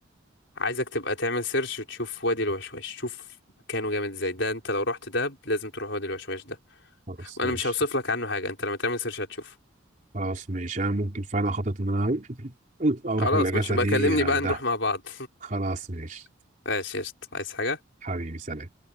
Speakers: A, on the left (about 70°); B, on the right (about 40°).
A: عايزك تبقى تعمل سيرش وتشوف وادي الوشواش شوف مكانه جامد ازاي ده انت لو رحت دهب لازم تروح وادي الوشواش ده
B: خلاص
A: وانا
B: ماشي
A: مش هوصف لك عنه حاجه انت لما تعمل سيرش هتشوف
B: خلاص ماشي انا ممكن فعلا خطط ان انا اروح
A: خلاص
B: الاجازه
A: ماشي بقى
B: دي
A: كلمني
B: آه،
A: بقى
B: دهب
A: نروح مع بعض
B: خلاص ماشي
A: <laughs> ماشي قشطة. عايز حاجه
B: حبيبي سلام